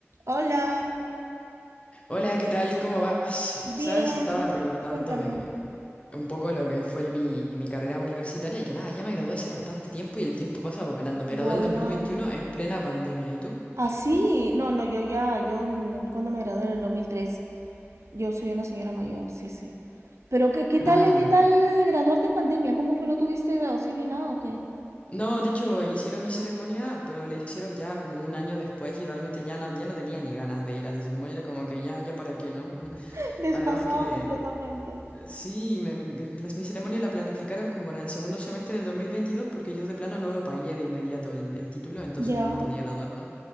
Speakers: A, on the right (about 80°); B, on the left (about 25°).
A: Hola,
B: Hola, ¿qué tal? ¿Cómo vas?
A: Bien,
B: Sabes, estaba recordando
A: cuéntame.
B: eh, un poco lo que fue el- mi, mi carrera universitaria y que nada, ya me gradué hace bastante tiempo y el tiempo pasa volando. Me gradué
A: volando.
B: el dos mil veintiuno en plena pandemia. ¿Y tú?
A: Así, no, no, yo ya, yo mm, cuando me gradué en el 2003, yo soy una señora mayor, sí, sí. Pero qué, qué
B: Ah,
A: tal, qué tal graduarte en pandemia? ¿Cómo fue? ¿No tuviste graduación ni nada o qué?
B: No, de hecho, hicieron mi ceremonia, pero la hicieron ya como un año después y realmente ya no, ya no tenía ni ganas de ir a la ceremonia, era como que ya, ya para qué, ¿no? <laughs>
A: <laughs> Desfasado
B: Además que
A: completamente.
B: Sí, me- las- mi ceremonia la planificaron como para el segundo semestre del 2022 porque yo de plano no lo pagué de inmediato el, el título, entonces
A: Ya,
B: no me podía graduar, ¿no?